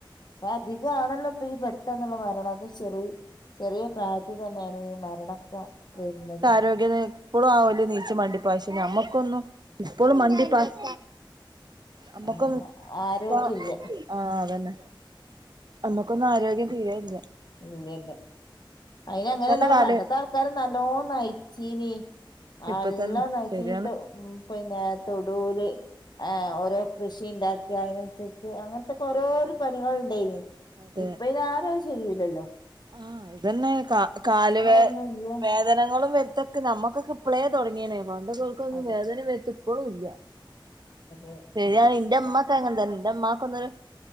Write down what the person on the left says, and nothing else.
ഇപ്പ അധികാണല്ലോ ഇപ്പ ഈ പെട്ടെന്നുള്ള മരണം അത് ചെറി ചെറിയ പ്രായത് ത്ത് തന്നെണ് ഈ മരണൊക്കെ വര്ണത്
ആഹ് ആരോഗ്യല്ല
ഇല്യല്ല അയിന് അങ്ങനെല്ല
പണ്ടത്തെ ആൾക്കാര് നല്ലോ നയ്ച്ചീനി അല്ലാം
നയ്ച്ചിത്ത്
ഉം പിന്നെ തൊടുല് ആഹ് ഓരോ കൃഷി ഇണ്ടാക്ക്ക അയ്നനുസരിച്ച് അങ്ങനത്തൊക്കെ ഓരോര് പണികൾണ്ടായിന്
ഇപ്പയ്ന് ആരോ ചെയ്യുല്ലല്ലോ
ഒന്നും ഇല്ല
അതെ
അതെ